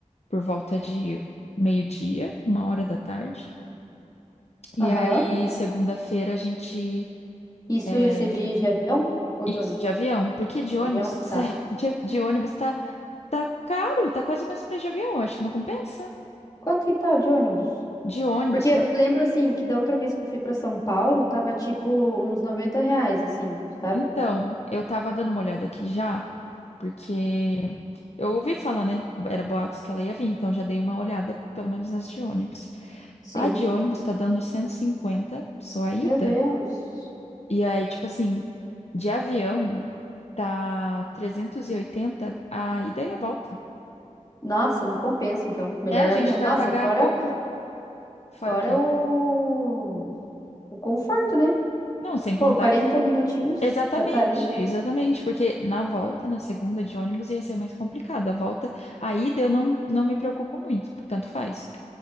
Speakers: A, on the left; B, on the left.
A: por volta de meio-dia, uma hora da tarde. E
B: Aham.
A: aí segunda-feira a gente
B: Isso
A: é,
B: você diz de avião ou
A: isso,
B: de ônibus?
A: de avião, porque de ônibus,
B: De avião?
A: <laughs> sério,
B: Tá.
A: de, de ônibus tá tá caro, tá quase o mesmo preço de avião, acho que não compensa.
B: Quanto que tá de ônibus?
A: De ônibus
B: Porque eu lembro, assim, que da outra vez que eu fui pra São Paulo, tava tipo uns noventa reais, assim, sabe?
A: Então, eu tava dando uma olhada aqui já, porque eu ouvi falar, né? Era boatos que ela ia vir, então já dei uma olhada, pelo menos nas de ônibus.
B: Sim.
A: A de ônibus tá dando 150 só a ida.
B: Meu Deus.
A: E aí, tipo assim, de avião tá 380 a ida e a volta.
B: Nossa, não compensa, então. Melhor
A: É, a gente
B: avião.
A: vai
B: Nossa,
A: pagar
B: fora,
A: pouco, fora
B: fora
A: o quê?
B: o, o conforto, né?
A: Não, sem
B: Pô,
A: contar
B: 40
A: que.
B: minutinhos,
A: Exatamente,
B: já tá ali.
A: exatamente. Porque na volta, na segunda de ônibus, ia ser mais complicado. A volta, a ida eu não, não me preocupo muito, tanto faz.